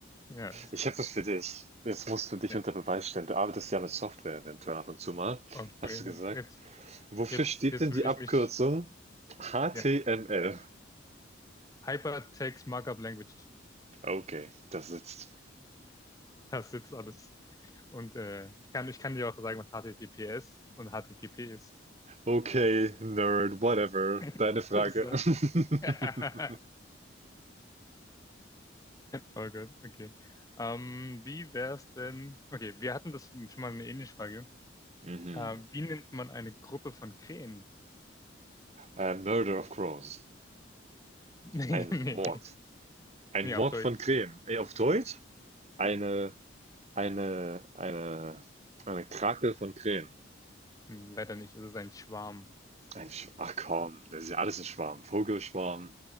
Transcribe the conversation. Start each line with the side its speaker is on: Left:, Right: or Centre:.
Left: Ja, das ist
Right: Ich
Left: krass.
Right: habe was für dich. Jetzt musst du dich
Left: Ja.
Right: unter Beweis stellen. Du arbeitest ja mit Software eventuell ab und zu mal,
Left: Okay,
Right: hast du gesagt.
Left: jetzt,
Right: Wofür
Left: jetzt,
Right: steht
Left: jetzt
Right: denn
Left: will
Right: die
Left: ich
Right: Abkürzung
Left: mich.
Right: HTML?
Left: Ja. Hypertext Markup Language.
Right: Okay, das ist.
Left: Das sitzt alles. Und äh, ich kann, ich kann dir auch sagen, was HTTPS und HTTP ist.
Right: Okay, Nerd, whatever.
Left: <laughs>
Right: Deine Frage.
Left: So.
Right: <laughs>
Left: <laughs> Oh Gott, okay. Ähm, wie wär's denn? Okay, wir hatten das schon mal eine ähnliche Frage.
Right: Mhm.
Left: Ähm, wie nennt man eine Gruppe von Krähen?
Right: Äh, Murder of Crows.
Left: <laughs> Nee,
Right: Ein
Left: nee,
Right: Mord. Ein
Left: nee,
Right: Mord
Left: auf Deutsch.
Right: von Krähen. Ey, auf Deutsch? Eine
Left: Ja.
Right: Eine eine eine Krake von Krähen.
Left: Hm, Leider nicht, es ist ein Schwarm. <laughs>
Right: Ein Sch ach komm, das ist ja alles ein Schwarm. Vogelschwarm,